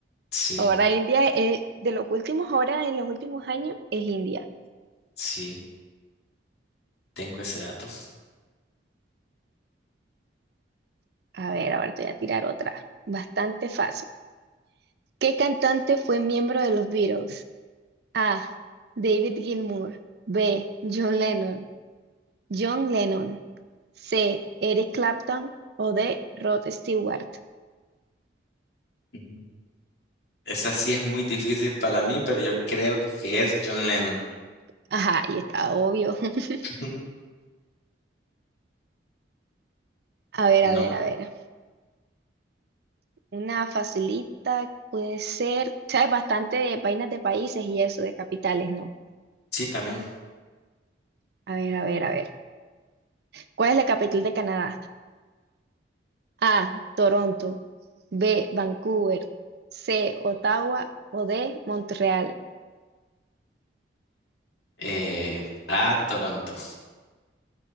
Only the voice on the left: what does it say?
Sí,
sí, tengo ese dato.
Ujú. Esa sí es muy difícil para mí, pero yo creo que es John Lennon.
<laughs>
No,
sí, también.
Eh, a Toronto.